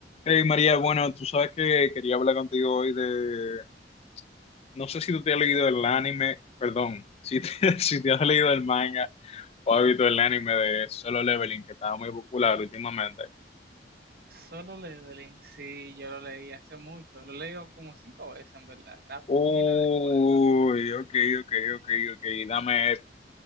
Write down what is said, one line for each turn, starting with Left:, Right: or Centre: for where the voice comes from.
Left: Hey María, bueno, tú sabes que quería hablar contigo hoy de, no sé si tú te has leído el anime, perdón, si te, <laughs> si te has leído el manga o has visto el anime de Solo Leveling que estaba muy popular últimamente.
Right: Solo Leveling, sí, yo lo leí hace mucho, lo he leído como cinco veces en verdad, está
Left: Uy,
Right: pila de buena.
Left: ok, ok, ok, ok, dame,